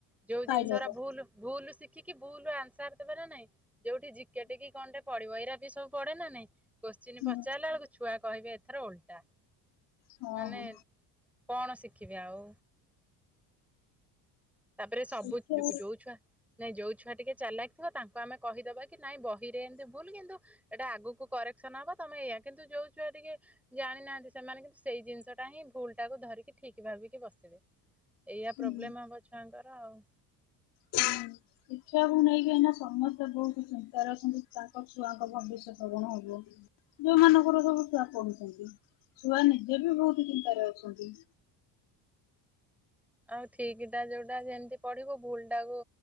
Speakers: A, in the centre; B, on the left (about 75°).
A: ଯୋଉ
B: ପାଇଲଟ
A: ଜିନିଷ ଗୁରା ଭୁଲ, ଭୁଲ ଶିଖିକି ଭୁଲ ଆନ୍ସର ଦେବାର ନାହିଁ। ଯୋଉଠି ଜି କେ ଟି କଣଟେ ପଡିବ ଏଇରା ବି ସବୁ ପଡେ ନା ନାଇଁ, କୋଶ୍ଚିିନ
B: ହୁଁ
A: ପଚାରିଲା ବେଳକୁ ଛୁଆ କହିବେ ଏଥର ଓଲଟା।
B: ହଁ
A: ମାନେ, କଣ ଶିଖିବେ ଆଉ? ତାପରେ ସବୁ,
B: ଦେଖିବା
A: ଯୋଉ ଛୁଆ ନାଇଁ ଯୋଉ ଛୁଆ ଟିକେ ଚାଲାକ୍ ଥିବ, ତାଙ୍କୁ ଆମେ କହିଦେବା କି ନାଇଁ ବହିରେ ଏମିତି ଭୁଲ। କିନ୍ତୁ ଏଇଟା ଆଗକୁ କରେକ୍ସନ ହବ ତମେ ଏଇଆ, କିନ୍ତୁ ଯୋଉ ଛୁଆ ଟିକେ ଜାଣିନାହାନ୍ତି ସେମାନେ, କିନ୍ତୁ ସେଇ ଜିନିଷ ଟା ହିଁ ଭୁଲ ଟାକୁ ଧରିକି ଠିକ ଭାବିକି ବସିବେ। ଏଇଆ
B: ହୁଁ
A: ପ୍ରୋବ୍ଲେମ ହବ ଛୁଆଙ୍କର ଆଉ।
B: ହୁଁ। ଶିକ୍ଷାକୁ ନେଇକି ଏଇନା ସମସ୍ତେ ବହୁତ ଚିନ୍ତାରେ ଅଛନ୍ତି, ତାଙ୍କ ଛୁଆଙ୍କ ଭବିଷ୍ୟତକୁ ନେଇକି। ଯୋଉ ମାନଙ୍କର ସବୁ ଛୁଆ ପଢୁଛନ୍ତି, ଛୁଆ ନିଜେ ବି ବହୁତ ଚିନ୍ତାରେ ଅଛନ୍ତି।
A: ଆଉ ଠିକ୍ ଟା ଯୋଉଟା ଯେମିତି ପଢିବୁ, ଭୁଲ୍ ଟାକୁ